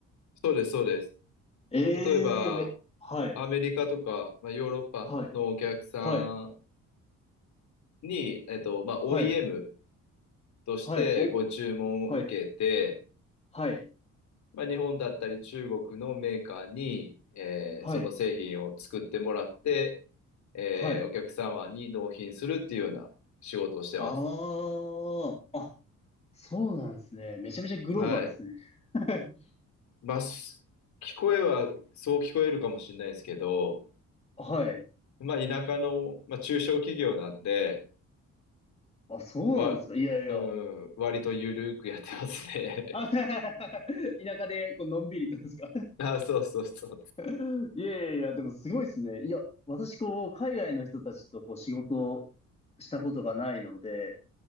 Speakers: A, on the left; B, on the left.
A: そうです、そうです。
B: ええめ、
A: 例えば、
B: はい、
A: アメリカとか、まあ、ヨーロッパのお客さ
B: はい、はい、
A: んに、えっと、まあ、OEM
B: はい、
A: としてご注文を受けて、
B: はい、お、はい、はい。
A: まあ、日本だったり中国のメーカーに、えーその製品を作ってもらって、
B: はい。
A: えーお客様に納品するっていうような仕事をしてます。
B: はい。ああ、あ、そうなんですね。めちゃめちゃグローバルですね。
A: はい。
B: <laughs>
A: まあ、す聞こえはそう聞こえるかもしれないですけど、
B: はい。
A: まあ、田舎の、まあ、中小企業なんで、
B: あ、そうなんですか。
A: わ、
B: いやいや。
A: うん、割とゆるくやってますね。
B: あ <laughs> 田舎でこうのんびりとですか。
A: <laughs> あ、そうそうそう。
B: <laughs> いやいやいや、でもすごいですね。いや、私こう、海外の人たちとこう、仕事をしたことがないので、